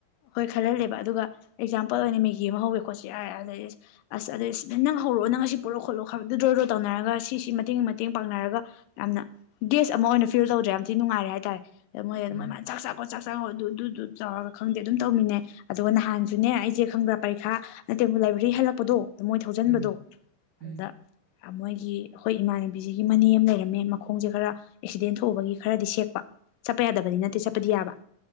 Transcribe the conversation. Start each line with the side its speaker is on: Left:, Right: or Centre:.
Left: ꯍꯣꯏ ꯈꯜꯍꯂꯦꯕ ꯑꯗꯨꯒ ꯑꯦꯛꯖꯥꯝꯄꯜ ꯑꯣꯏꯅ ꯃꯦꯒꯤ ꯑꯃ ꯍꯧꯋꯦ ꯈꯣꯠꯁꯦ ꯌꯥꯔꯦ ꯑꯗꯩꯗꯤ ꯑꯁ ꯑꯗꯩ ꯁꯤꯗ ꯅꯪ ꯍꯧꯔꯛꯑꯣ ꯅꯪ ꯑꯁꯤ ꯄꯨꯔꯛ ꯈꯣꯠꯂꯣ ꯈꯗꯣ ꯗ꯭ꯔꯣ ꯗ꯭ꯔꯣ ꯇꯧꯅꯔꯒ ꯁꯤ ꯁꯤꯁꯤ ꯃꯇꯦꯡ ꯃꯇꯦꯡ ꯄꯥꯡꯅꯔꯒ ꯌꯥꯝꯅ ꯒꯦꯁ ꯑꯃ ꯑꯣꯏꯅ ꯐꯤꯜ ꯇꯧꯗꯔꯦ ꯌꯥꯝꯝ ꯅꯨꯡꯉꯥꯏ ꯌꯦ ꯍꯥꯏꯇꯥꯔꯦ꯫ ꯃꯣꯏ ꯑꯗꯨ ꯃ
Right: ꯎꯝ
Left: ꯃꯥꯅ ꯆꯥꯛ ꯆꯥꯒꯣ ꯆꯥꯛ ꯆꯥꯛ ꯑꯗꯨ ꯑꯗꯨꯗꯨ ꯆꯥꯎꯔꯒ ꯈꯪꯗꯦ ꯑꯗꯨꯝ ꯇꯧꯃꯤꯅꯦ ꯑꯗꯨꯒ ꯅꯍꯥꯟꯁꯨ ꯑꯗꯨꯅꯦ ꯑꯩꯁꯦ ꯈꯪꯕ꯭ꯔꯥ ꯄꯔꯤꯈꯥ ꯅꯠꯇꯦ ꯂꯥꯏꯕ꯭ꯔꯦꯔꯤ ꯍꯜꯂꯛꯄꯗꯣ ꯑꯗꯨ ꯃꯣꯏ ꯊꯧꯖꯤꯟꯕꯗꯣ
Right: ꯎꯝ ꯎꯝ
Left: ꯑꯗꯨꯗ ꯃꯣꯏꯒꯤ ꯑꯩꯈꯣꯏ ꯏꯃꯥꯟꯅꯕꯤꯁꯤꯒꯤ ꯃꯅꯦ ꯑꯃ ꯂꯩꯔꯝꯃꯦ ꯃꯈꯣꯡꯁꯦ ꯈꯔ ꯑꯦꯛꯁꯤꯗꯦꯟ ꯊꯣꯛꯑꯕ ꯈꯔꯗꯤ ꯁꯦꯛꯄ ꯆꯠꯄ ꯌꯥꯗꯕꯗꯤ ꯅꯠꯇꯦ ꯆꯠꯄꯗꯤ ꯌꯥꯕ